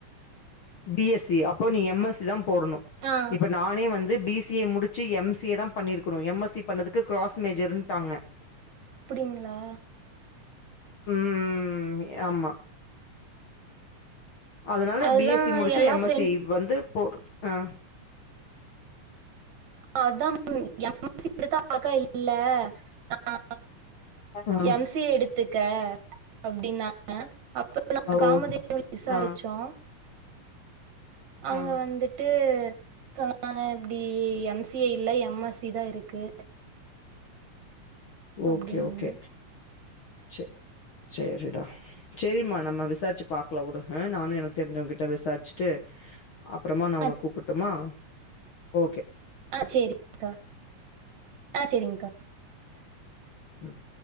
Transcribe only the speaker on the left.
பி எஸ்சி அப்போ நீ எம் எஸ்சி தா போடணு
இப்ப நானே வந்து பி சி எ முடிச்சு எம் சி எ தா பண்ணிருக்கணு எம் எஸ்சி பண்ணதுக்கு கிராஸ் மேஜர்ட்டாங்க
உம் ஆமா அதனால
பி எஸ்சி முடிச்சு
எம்
எஸ்சி வந்து போடு ஆ
ஆ
ஓ
ஆ
ஆ
ஓகே-ஓகே
செர் செரிடா சேரிம்மா நம்ம விசாரிச்சு பாக்கலா உடு ஆ நானு எனக்கு தெரிஞ்சவங்க கிட்ட விசாருச்சிட்டு அப்பறமா நா
உன்ன கூப்ட்டடுமா ஓ
என்னாச்சு உம்